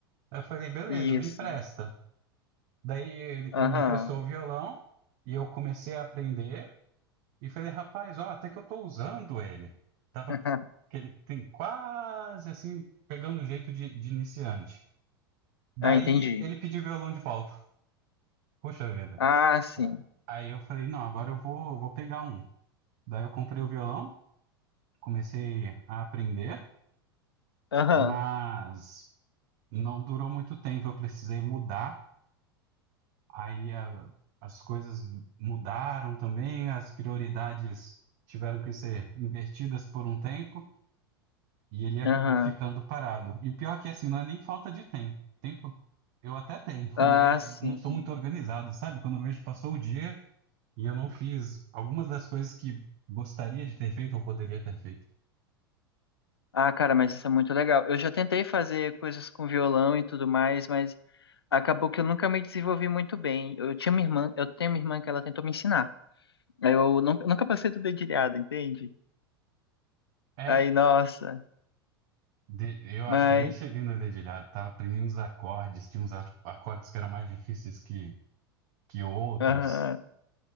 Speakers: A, on the right (about 50°); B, on the left (about 80°).
A: Aí eu falei, beleza,
B: Isso.
A: me empresta. Daí ele,
B: Aham.
A: ele me emprestou o violão e eu comecei a aprender e falei, rapaz, ó, até que eu tô usando ele. Tava
B: <laughs>
A: que ele tem quase assim pegando o jeito de, de iniciante. Daí
B: Ah, entendi.
A: ele pediu o violão de volta. Puxa vida.
B: Ah, sim.
A: Aí eu falei, não, agora eu vou, vou pegar um. Daí eu comprei o violão, comecei a aprender,
B: Aham.
A: mas não durou muito tempo, eu precisei mudar. Aí a- as coisas mudaram também, as prioridades tiveram que ser invertidas por um tempo e ele acabou
B: Aham.
A: ficando parado. E o pior é que assim, não é nem falta de tempo. Tempo eu até tenho, <laughs>
B: Ah,
A: mas
B: sim.
A: não sou muito organizado, sabe? Quando eu vejo passou o dia e eu não fiz algumas das coisas que gostaria de ter feito ou poderia ter feito.
B: Ah, cara, mas isso é muito legal. Eu já tentei fazer coisas com violão e tudo mais, mas acabou que eu nunca me desenvolvi muito bem. Eu tinha uma irmã, eu tenho uma irmã que ela tentou me ensinar. Aí Eu nunca, nunca passei do dedilhado, entende?
A: É
B: Aí, nossa,
A: De- eu
B: mas
A: acho que eu nem cheguei no dedilhado, tava aprendendo os acordes, tinha uns a- acordes que eram mais difíceis que, que outros.
B: aham.